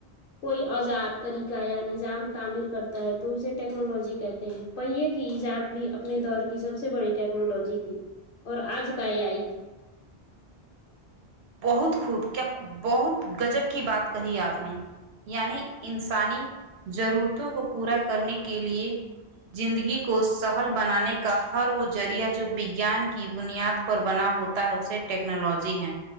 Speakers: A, on the left; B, on the right.
A: کوئی اوزار طریقہ یا نظام تعمیر کرتا ہے تو اسے ٹیکنالوجی کہتے ہیں پہیے کی ایجاد بھی اپنے دور کی سب سے بڑی ٹیکنالوجی تھی اور آج کا یہ اے آئی بھی
B: بہت خوب کیا بہت گجب کی بات کہی آپ نے یعنی انسانی ضرورتوں کو پورا کرنے کے لیے زندگی کو سہل بنانے کا ہر وہ ذریعہ جو وگیان کی بنیاد پر بنا ہوتا ہے اسے ٹیکنالوجی ہے